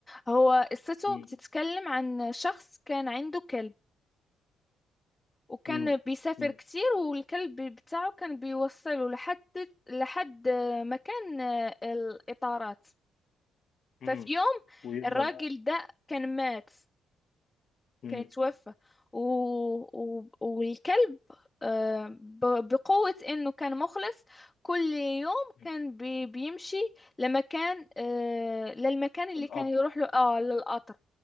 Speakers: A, on the left; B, on the left.
A: هو قصته
B: مم.
A: بتتكلم عن شخص كان عنده كلب وكان
B: مم.
A: بيسافر
B: مم.
A: كتير والكلب بتاعه كان بيوصله لحد لحد مكان آه، الإطارات
B: مم.
A: ففي يوم
B: ويفضل
A: الراجل ده كان مات
B: مم.
A: كانت توفى و... و... والكلب آه، ب- بقوة انه كان مخلص كل يوم
B: مم.
A: كان بي... بيمشي لمكان آه، للمكان اللي
B: القطر
A: كان يروح له اه للقطر